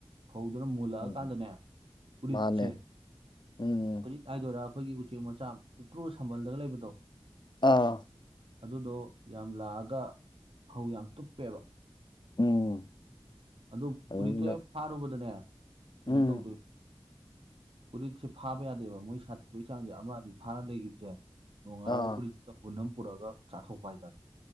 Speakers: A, on the right; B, on the left.
A: ꯐꯧꯗꯨꯅ ꯃꯨꯜꯂꯜꯑꯀꯥꯟꯗꯅꯦ
B: ꯎꯝ
A: ꯎꯔꯤꯠꯁꯦ
B: ꯃꯥꯅꯦ ꯎꯝ
A: ꯎꯔꯤꯠ ꯍꯥꯏꯗꯣꯏꯔꯥ ꯑꯩꯈꯣꯏꯒꯤ ꯎꯆꯦꯛ ꯃꯆꯥ ꯄꯤꯛꯇ꯭ꯔꯨ ꯁꯝꯕꯜꯗꯒ ꯂꯩꯕꯗꯣ
B: ꯑꯥ
A: ꯑꯗꯨꯗꯣ ꯌꯥꯝ ꯂꯥꯛꯑꯒ ꯐꯧ ꯌꯥꯝ ꯇꯨꯞꯄꯦꯕ
B: ꯎꯝ
A: ꯑꯗꯨ
B: ꯑꯗꯨꯅ
A: ꯎꯔꯤꯠꯇꯣ ꯍꯦꯛ ꯐꯥꯔꯨꯕꯗꯅꯦ ꯀꯩꯅꯣ
B: ꯎꯝ
A: ꯇꯧꯗꯣꯏ ꯎꯔꯤꯠꯁꯦ ꯐꯥꯕ ꯌꯥꯗꯦꯕ ꯃꯣꯏ ꯁꯥꯊꯤꯕꯩ ꯆꯥꯡꯁꯦ ꯑꯃ ꯑꯅꯤ ꯐꯥꯔ ꯂꯩꯈꯤꯕꯁꯦ ꯅꯣꯡꯉꯥꯜꯂꯒ
B: ꯑꯥ
A: ꯎꯔꯤꯠꯇ ꯄꯨꯟꯅꯝ ꯄꯨꯔꯛꯒ ꯆꯥꯊꯣꯛꯄ ꯍꯥꯏꯇꯥꯔꯦ